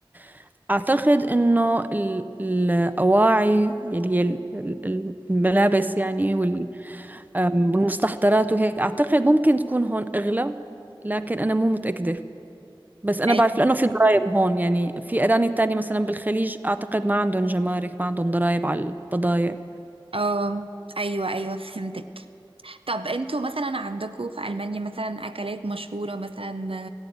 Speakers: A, on the right; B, on the right.
A: فاعتقد انه ال- الاواعي اللي هي ال- ال- الملابس يعني وال- أم، والمستحضرات وهيك اعتقد ممكن تكون هون اغلى لكن انا مو متأكدة بس انا
B: أي-
A: بعرف لانه في ضرائب هون يعني في اراني تانية مثلا بالخليج اعتقد ما عندهم جمارك ما عندهم ضرائب على البضائع
B: اه ايوه ايوه فهمتك طب انتوا مثلا عندكم في ألمانيا مثلا أكلات مشهورة مثلا